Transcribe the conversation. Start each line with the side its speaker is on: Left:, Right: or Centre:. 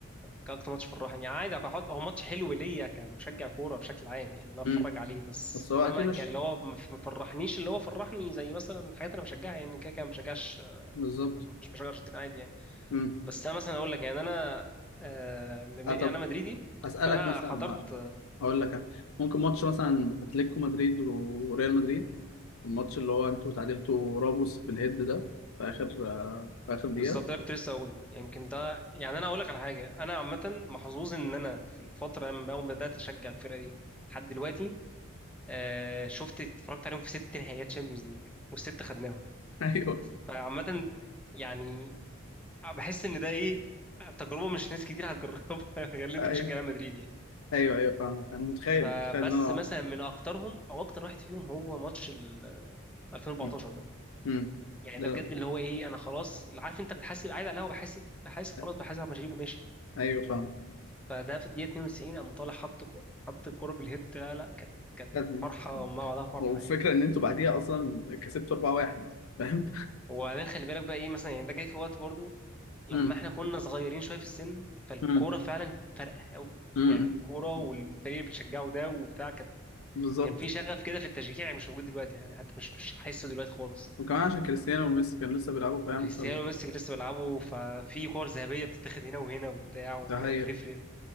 Centre: كاكتر ماتش فرحني يعني عادي هحط هو ماتش حلو ليا كمشجع كوره بشكل عام يعني لا اتفرج
Left: امم
Centre: عليه بس
Left: بس هو
Centre: انما
Left: اكيد مش
Centre: كان اللي هو ما ف- ما فرحنيش اللي هو فرحني زي مثلا الحاجات اللي انا بشجعها يعني كده كده ما بشجعش
Left: بالظبط
Centre: ما كنتش بشجع ارجنتين عادي يعني
Left: امم
Centre: بس انا مثلا اقول لك يعني انا آه، م-
Left: آه
Centre: انا
Left: طب
Centre: مدريدي
Left: اسالك
Centre: فانا
Left: مثلا
Centre: حضرت
Left: هقول لك أنا. ممكن ماتش مثلا اتلتيكو مدريد وريال مدريد الماتش اللي هو انتوا تعادلتوا راموس بالهيد ده في اخر آه، في اخر دقيقه
Centre: بالظبط ده كنت لسه اقوله يعني يمكن ده يعني انا اقول لك على حاجه انا عامه محظوظ ان انا في الفتره لما اول ما بدات اشجع الفرقه دي لحد دلوقتي آه شفت اتفرجت عليهم في ست نهائيات شامبيونز ليج والست خدناهم
Left: <laughs> ايوه
Centre: فعامه يعني بحس ان ده ايه تجربه مش ناس كتير هتجربها <laughs> غير اللي
Left: امم
Centre: انت بتشجع ريال مدريد يعني
Left: ايوه ايوه فاهمك انا متخيل
Centre: فبس
Left: متخيل ان انا
Centre: مثلا من اكترهم او اكتر واحد فيهم هو ماتش ال 2014
Left: مم.
Centre: ده
Left: مم.
Centre: يعني
Left: لا
Centre: ده بجد اللي هو ايه انا خلاص عارف انت بتحاسب قاعد على القهوه بحاسب بحاسب
Left: لا.
Centre: خلاص بحاسب على مشاريب وماشي
Left: ايوه فاهم
Centre: فده في الدقيقة 92 قام طالع حط كو- حط الكورة بالهيد لا لا كانت كانت
Left: خدني
Centre: فرحة ما بعدها فرحة
Left: والفكره
Centre: يعني
Left: ان انتوا بعديها اصلا كسبتوا 4-1 فاهم
Centre: وبعدين خلي بالك بقى ايه مثلا يعني ده جاي في وقت برضو لما
Left: <laughs> مم.
Centre: احنا كنا صغيرين شوية في السن فالكورة
Left: مم.
Centre: فعلا فارقة قوي
Left: مم.
Centre: يعني الكورة
Left: مم.
Centre: والفريق اللي بتشجعه ده وبتاع كان
Left: بالظبط
Centre: كان في شغف كده في التشجيع يعني مش موجود دلوقتي يعني حتى مش مش حاسه دلوقتي خالص
Left: وكمان عشان كريستيانو وميسي كانوا لسه بيلعبوا فاهم
Centre: وكريستيانو
Left: فال
Centre: وميسي لسه بيلعبوا ففي كور ذهبية بتتاخد هنا وهنا وبتاع وحاجات
Left: ده هي
Centre: بتفرق